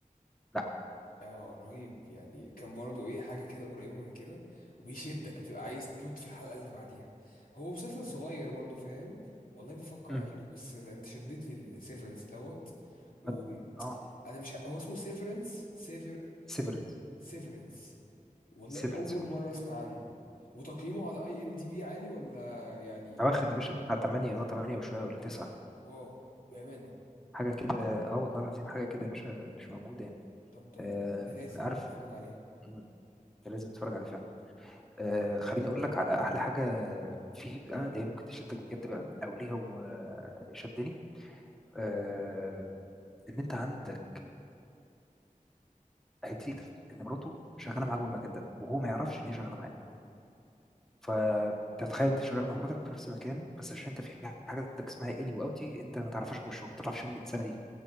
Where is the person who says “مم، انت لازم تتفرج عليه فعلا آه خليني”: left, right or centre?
Centre